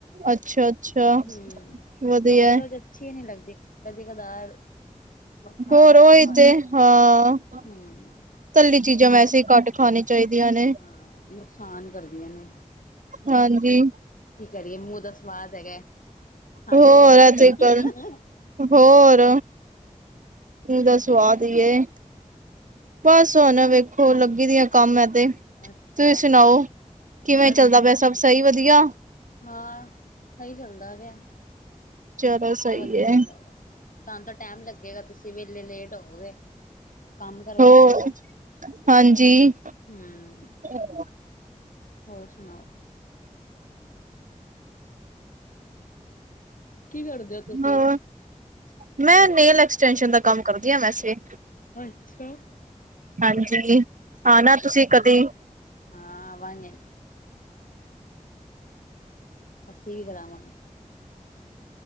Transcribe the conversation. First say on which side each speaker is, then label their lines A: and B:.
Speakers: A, on the right; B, on the left.
A: ਅੱਛਾ-ਅੱਛਾ,
B: ਹੂੰ।
A: ਵਦੀਆ
B: ਰੋਜ਼-ਰੋਜ਼
A: ਐ।
B: ਅੱਛੀ ਨੀ ਲੱਗਦੀ ਕਦੀ ਕਦਾਰ ਖਾ
A: ਹੋਰ
B: ਲਓ
A: ਓਈ
B: ਤਾਂ ਖਾ ਲਓ।
A: ਤੇ, ਹਾਂ।
B: ਹੂੰ
A: ਤੱਲੀ ਚੀਜ਼ਾਂ ਵੈਸੇ ਈ ਘੱਟ ਖਾਨੀ ਚਾਈਦੀਆਂ ਨੇ।
B: ਹਾਂ ਨੁਕਸਾਨ ਕਰਦੀਆਂ ਨੇ।
A: ਹਾਂਜੀ
B: ਕੀ ਕਰੀਏ ਮੂੰਹ ਦਾ ਸਵਾਦ ਹੈਗੈ। ਖਾਣੀ
A: ਹੋਰ
B: ਪੈਂਦੀ
A: ਇਹ
B: ਐ।
A: ਤੇ ਗੱਲ ਹੋਰ। ਮੂੰਹ ਦਾ ਸਵਾਦ
B: ਹੋਰ ਸੁਣਾਓ
A: ਈ ਏ, ਬਸ ਹੋਨ ਵੇਖੋ ਲੱਗੀ ਦੀਆਂ ਕੰਮ ਮੈ ਤੇ। ਤੁਸੀਂ
B: ਅੱਛਾ
A: ਸੁਨਾਓ, ਕਿਵੇਂ
B: ਬਸ
A: ਚੱਲਦਾ ਪੇਆ ਸਬ ਸਈ ਵਦੀਆ?
B: ਹਾਂ, ਸਈ ਚੱਲਦਾ ਪੇਆ,
A: ਚਲੋ
B: ਸਬ
A: ਸਹੀ
B: ਵਦੀਆ
A: ਹੈ
B: ਚੱਲਦਾ ਪੇਆ। ਤਾਂਨ ਤਾਂ ਟੈਮ ਲੱਗੇਗਾ ਤੁਸੀਂ ਵੇਲੇ ਲੇਟ ਹੋਵੋਗੇ, ਕਾੰਮ ਕਰਵਾ
A: ਹੋਰ
B: ਰੇ ਓ ਨਾ।
A: ਹਾਂਜੀ।
B: ਹੂੰ।
A: <inaudible>
B: ਹੋਰ ਸੁਣਾਓ? ਕੀ ਕਰਦੇ? ਤੁਸੀਂ
A: ਹੋਰ, ਮੈਂ ਨੇਲ ਐਕਸਟੈਂਸ਼ਨ ਦਾ ਕੰਮ ਕਰਦੀ ਆ ਵੈਸੇ।
B: ਅੱਛਾ!
A: ਹਾਂਜੀ, ਆਨਾ ਤੁਸੀਂ ਕਦੀ।
B: ਹਾਂ, ਆਵਾਂਗੇ। ਅੱਸੀ ਵੀ ਕਰਾਵਾਂਗੇ।